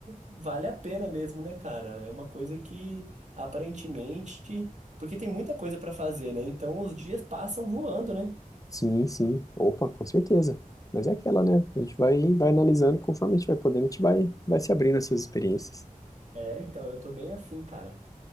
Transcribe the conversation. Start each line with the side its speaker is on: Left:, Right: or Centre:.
Right: vale a pena mesmo, né, cara? É uma coisa que aparentemente, porque tem muita coisa pra fazer, né? Então os dias passam voando, né?
Left: Sim, sim. Opa, com certeza. Mas é aquela, né? A gente vai, vai analisando conforme a gente vai podendo, a gente vai, vai se abrindo essas experiências.
Right: É, então eu tô bem afim, cara.